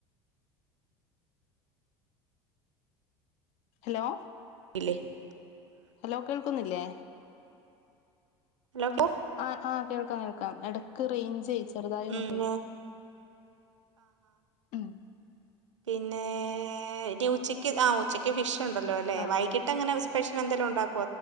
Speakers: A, on the left (about 50°); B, on the right (about 80°).
A: ഹലോ
B: <unintelligible>
A: ഹലോ കേൾക്കുന്നില്ലേ
B: ഹലോ <unintelligible>
A: ആ ആ കേൾക്കാം കേൾക്കാം. എടക്ക് റേഞ്ചേ ചെറുതായി ഒന്ന്
B: ഉം
A: പോയി. ഉം
B: പിന്നേ <unintelligible> ഉച്ചക്ക് ആ ഉച്ചക്ക് ഫിഷ് ഉണ്ടല്ലോല്ലെ.
A: ആഹ്
B: വൈകിട്ട് അങ്ങനെ സ്പെഷ്യൽ എന്തേലും ഉണ്ടാ